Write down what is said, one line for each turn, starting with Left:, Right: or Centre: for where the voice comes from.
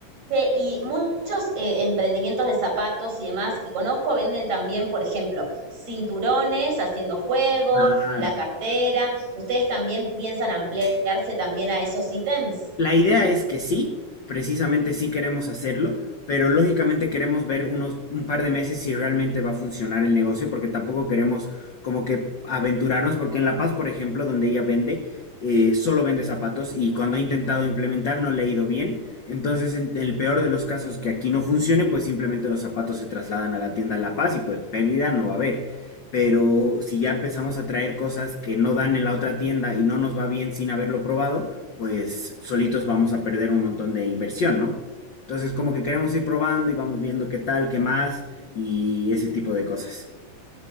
Right: Sí, y muchos eh, emprendimientos de zapatos y demás que conozco venden también, por ejemplo, cinturones, haciendo juego,
Left: Claro.
Right: la cartera. ¿Ustedes también piensan ampliarse también a esos ítems?
Left: La idea es que sí, precisamente sí queremos hacerlo, pero lógicamente queremos ver unos un par de meses si realmente va a funcionar el negocio, porque tampoco queremos como que aventurarnos, porque en La Paz, por ejemplo, donde ella vende, eh, solo vende zapatos y cuando ha intentado implementar no le ha ido bien. Entonces, en el peor de los casos que aquí no funcione, pues simplemente los zapatos se trasladan a la tienda en La Paz y pues pérdida no va a haber. Pero si ya empezamos a traer cosas que no dan en la otra tienda y no nos va bien sin haberlo probado, pues solitos vamos a perder un montón de inversión, ¿no? Entonces como que queremos ir probando y vamos viendo qué tal, qué más y ese tipo de cosas.